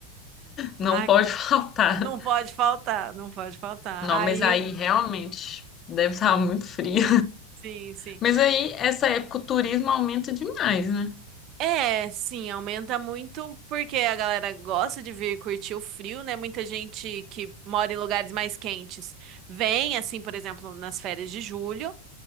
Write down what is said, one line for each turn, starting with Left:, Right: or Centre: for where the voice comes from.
Left: não
Right: Ah,
Left: pode <laughs> faltar.
Right: não pode faltar, não pode faltar.
Left: Não,
Right: Aí,
Left: mas aí realmente deve estar muito frio.
Right: sim, sim.
Left: Mas aí, essa época, o turismo aumenta demais, né?
Right: É, sim, aumenta muito porque a galera gosta de vir curtir o frio, né? Muita gente que mora em lugares mais quentes vem, assim, por exemplo, nas férias de julho.